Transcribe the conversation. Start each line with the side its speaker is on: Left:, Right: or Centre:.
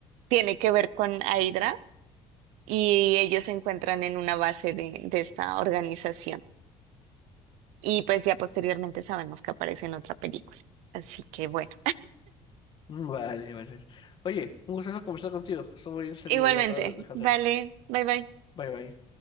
Right: tiene que ver con Hydra. y ellos se encuentran en una base de, de esta organización. Y pues ya posteriormente sabemos que aparece en otra película. Así que bueno,
Left: Mm, vale, vale. Oye, un gusto conversar contigo. Solo voy a ir de salida
Right: igualmente,
Left: ya para descansar.
Right: vale, bye bye.
Left: Bye, bye.